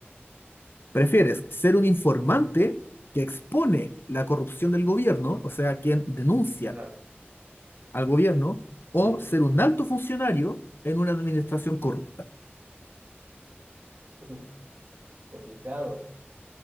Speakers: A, on the left (about 60°); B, on the right (about 40°).
A: ¿Prefieres ser un informante que expone la corrupción del gobierno, o sea, quien denuncia
B: Ajá,
A: al gobierno, o
B: sí.
A: ser un alto funcionario en una administración corrupta?
B: Uf, complicado.